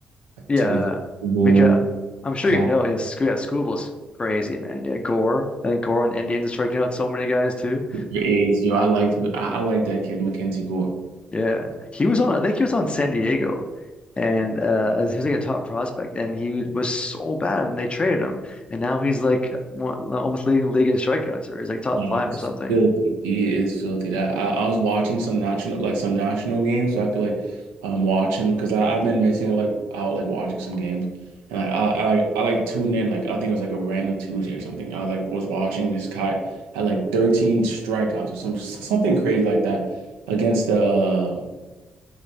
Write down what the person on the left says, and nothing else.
Yeah,
because I'm sure
you know. Yeah, Sc yeah, Scooble's crazy, man. Yeah, Gore. I think Gore on the Indians is striking out so many guys too.
Yeah, he was on. I think he was on San Diego, and uh, as he was like a top prospect, and he was so bad, and they traded him, and now he's like one, almost leading the league in strikeouts, or he's like top
five
or something.